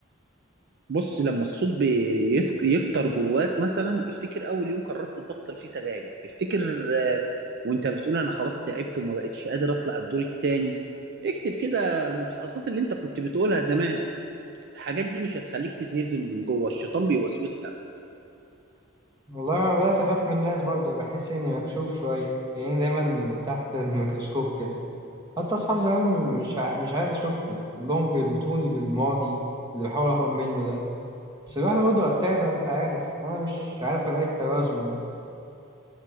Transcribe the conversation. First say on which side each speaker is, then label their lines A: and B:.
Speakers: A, on the right (about 50°); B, on the right (about 20°).
A: بص لما الصوت بيت- يكتر جواك مثلا افتكر اول يوم قررت تبطل فيه سجاير افتكر آه، وانت بتقول انا خلاص تعبت وما بقتش قادر اطلع الدور التاني اكتب كده الملاحظات اللي انت كنت بتقولها زمان الحاجات دي مش هتخليك تتهزم من جوه الشيطان بيوسوس لك
B: والله أنا بدأت أخاف من الناس برضو بحس إني مكشوف شوية كأني دايما تحت الميكروسكوب كده حتى أصحاب زمان م- مش ع- مش عايز أشوفهم كلهم بيربطوني بالماضي اللي بحاول أهرب منه ده بس الواحد برضه قتالة أنت عارف وأنا مش عارف ألاقي التوازن